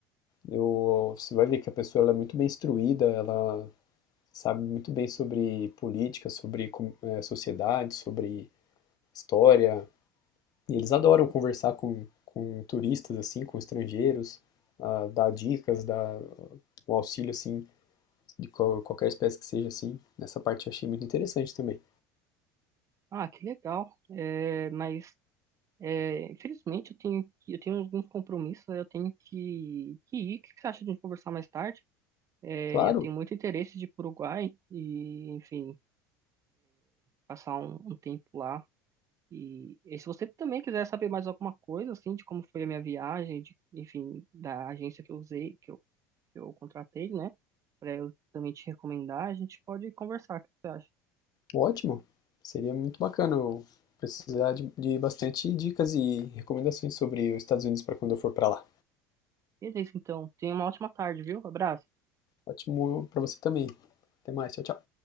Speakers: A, on the left (about 45°); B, on the right (about 35°).
A: eu, você vai ver que a pessoa ela é muito bem instruída, ela sabe muito bem sobre política, sobre com- eh, sociedade, sobre história. E eles adoram conversar com, com turistas, assim, com estrangeiros, ah, dar dicas, dar um auxílio, assim, de qual- qualquer espécie que seja, assim. Nessa parte eu achei muito interessante também.
B: Ah, que legal. É, mas, é, infelizmente, eu tenho, que- eu tenho alguns compromissos, eu tenho que, que ir. O que você acha de a gente conversar mais tarde? É,
A: Claro,
B: eu tenho muito interesse de ir para o Uruguai e, enfim, passar um um tempo lá. E, e se você também quiser saber mais alguma coisa, assim, de como foi a minha viagem, de, enfim, da agência que eu usei, que eu, que eu contratei, né? para eu também te recomendar, a gente pode conversar, o que você acha?
A: ótimo. Seria muito bacana eu precisar de, de bastante dicas e recomendações sobre os Estados Unidos para quando eu for para lá.
B: Beleza, então. Tenha uma ótima tarde, viu? Abraço.
A: Ótimo para você também. Até mais, tchau, tchau.